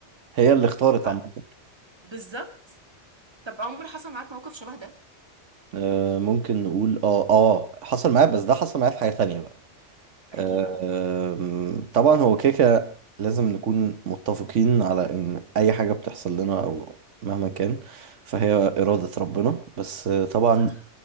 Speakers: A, on the right; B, on the right.
A: هي اللي اختارت
B: ف
A: عامة
B: بالظبط طب عمر حصل معاك موقف شبه ده
A: آه، ممكن نقول اه اه حصل معايا بس ده حصل معايا في حاجة تانية بقى
B: احكي
A: آه،
B: لي
A: طبعا هو كيكة لازم نكون متفقين على ان اي حاجة بتحصل لنا او مهما كان فهي إرادة ربنا بس آه، طبعا
B: صح